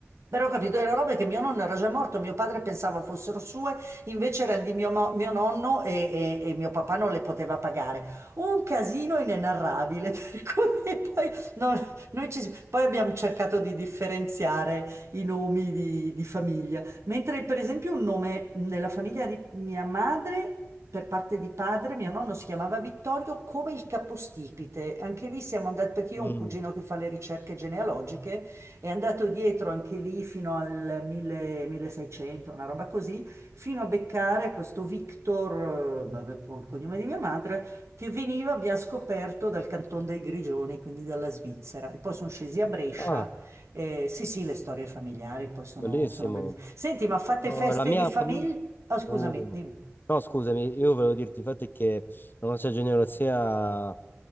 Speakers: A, on the right; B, on the left.
A: però ho capito, le robe che mio nonno era già morto, mio padre pensava fossero sue, invece erano di mio, mo- mio nonno e, e- e mio papà non le poteva pagare. Un casino inenarrabile, <laughs> per cui poi, no, noi ci si- poi abbiamo cercato di differenziare i nomi di, di famiglia. Mentre per esempio un nome nella famiglia di mia madre, per parte di padre, mio nonno si chiamava Vittorio come il capostipite. Anche lì siamo andati, perché io
B: Mm.
A: ho un cugino che fa le ricerche genealogiche. È andato dietro anche lì fino al 1000 1600, una roba così, fino a beccare questo Victor, eh, vabbè, il cognome di mia madre, che veniva, abbiamo scoperto, dal Canton dei Grigioni, quindi dalla Svizzera. E poi sono scesi a Brescia.
B: Ah,
A: eh, sì, sì, le storie familiari poi sono,
B: bellissimo.
A: sono bellissime. Senti, ma fate
B: No,
A: feste
B: la mia
A: di famiglia?
B: famiglia...
A: Ah, scusami,
B: Oh.
A: dimmi.
B: No, scusami, io volevo dirti infatti che la nostra genealogia